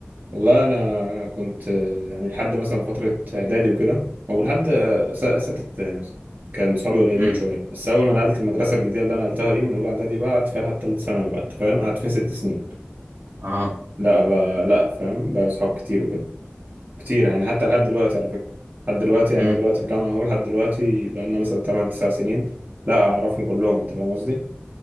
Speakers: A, on the right; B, on the right.
A: والله أنا كنت آه، يعني لحد مثلا فترة إعدادي وكده أو لحد آه، س- ستة ابتدائي مثلا كان صحابي قليلين
B: امم
A: شوية بس أول ما نقلت المدرسة الجديدة اللي أنا نقلتها دي من أولى إعدادي بقى قعدت فيها لحد تالت ثانوي بقى أنت فاهم؟ قعدت فيها ست سنين
B: اه
A: لا بقى لا فاهم بقى صحاب كتير وكده كتير يعني حتى لحد دلوقتي على فكرة لحد دلوقتي يعني
B: امم
A: أنا دلوقتي في جامعة أهو لحد دلوقتي بقالنا مثلا تمن تسع سنين لا أعرفهم كلهم أنت فاهم قصدي